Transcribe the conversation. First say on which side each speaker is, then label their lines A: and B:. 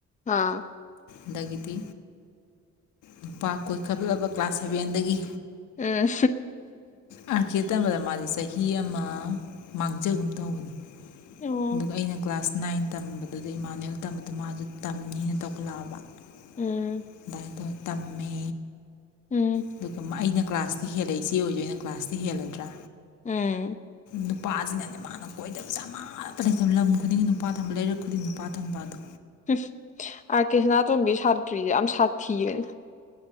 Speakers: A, on the left (about 25°); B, on the left (about 80°).
A: ꯑꯥ
B: ꯑꯗꯒꯤꯗꯤ ꯅꯨꯄꯥ ꯀꯣꯏꯈꯠꯂꯕ ꯀ꯭ꯂꯥꯁ ꯁꯚꯦꯟꯗꯒꯤ
A: ꯎꯝ
B: ꯑꯥꯔꯀꯦ ꯇꯝꯕꯗ ꯃꯥꯁꯦ ꯆꯍꯤ ꯍꯤ ꯑꯃ ꯃꯥꯡꯖꯒꯨꯝ ꯇꯧꯕꯅꯦ
A: ꯑꯣ
B: ꯑꯗꯨꯒ ꯑꯩꯅ ꯀ꯭ꯂꯥꯁ ꯅꯥꯏꯟ ꯇꯝꯕꯗꯨꯗ ꯏꯃꯥꯅꯨꯌꯦꯜ ꯇꯝꯕꯗ ꯃꯥꯁꯨ ꯇꯝꯅꯤꯅ ꯇꯧꯈꯠꯂꯛꯑꯕ ꯥꯑꯗꯥꯢ
A: ꯎꯝ
B: ꯇꯧꯔꯥ ꯇꯝꯃꯦ
A: ꯎꯝ
B: ꯑꯗꯨꯒ ꯃꯥ ꯑꯩꯅ ꯀ꯭ꯂꯥꯁꯇꯤ ꯍꯦꯜꯂꯦ ꯏꯆꯦ ꯑꯣꯏꯔꯖꯨ ꯑꯩꯅ ꯀ꯭ꯂꯥꯁꯇꯤ ꯍꯦꯜꯂꯗ꯭ꯔꯥ
A: ꯎꯝ
B: ꯅꯨꯄꯥꯁꯤꯅꯅꯦ ꯃꯥꯅ ꯀꯣꯏꯗꯕꯁꯦ ꯑꯃꯇ ꯂꯩꯇꯕ ꯂꯝ ꯈꯨꯗꯤꯡꯒꯤ ꯅꯨꯄꯥ ꯊꯝꯕ ꯂꯩꯔꯛ ꯈꯨꯗꯤꯡ ꯅꯨꯄꯥ ꯊꯝꯕ ꯑꯗꯣ
A: ꯑꯥꯔꯀꯦ ꯁꯅꯥꯇꯣꯝꯕꯤ ꯁꯥꯇ꯭ꯔꯤꯁꯦ ꯌꯥꯝ ꯁꯥꯊꯤꯕꯅꯦ